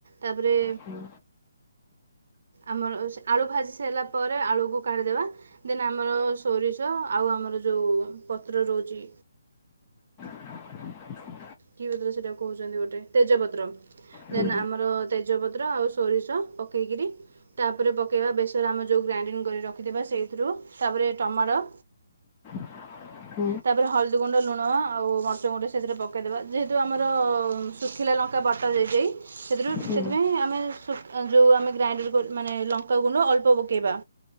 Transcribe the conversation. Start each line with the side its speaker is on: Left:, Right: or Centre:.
Right: ତାପରେ
Left: ହୁଁ
Right: ଆମର ସେ ଆଳୁ ଭାଜି ସାରିଲା ପରେ ଆଳୁକୁ କାଢ଼ିଦେବା ଦେନ୍ ଆମର ସୋରିଷ ଆଉ ଆମର ଯଉ ପତ୍ର ରହୁଚି
Left: <inaudible>
Right: କି ପତ୍ର ସେଟାକୁ କହୁଚନ୍ତି ଗୋଟେ ତେଜପତ୍ର।
Left: ହୁଁ
Right: ଦେନ୍ ଆମର ତେଜପତ୍ର ଆଉ ସୋରିଷ ପକେଇକିରି ତାପରେ ପକେଇବା ବେସର ଆମେ ଯଉ ଗ୍ରାଇଣ୍ଡିଙ୍ଗ କରି ରଖିଥିବା ସେଇଥିରୁ। ତାପରେ ଟମାଟ
Left: <inaudible>
Right: ତାପରେ ହଳଦୀ ଗୁଣ୍ଡ, ଲୁଣ ଆଉ ମର୍ଚ ଗୋଟେ ସେଥିରେ ପକେଇଦେବା ଯେହେତୁ ଆମର ଶୁଖିଲା ଲଙ୍କା ବଟା ଯେଇ ଯେଇ ସେଥିରୁ ସେଥିପାଇଁ
Left: ହୁଁ
Right: ଆମେ ଶୁଖ ଯଉ ଆମେ ଗ୍ରାଇଣ୍ଡର କର ମାନେ ଲଙ୍କାଗୁଣ୍ଡ ଅଳ୍ପ ପକେଇବା।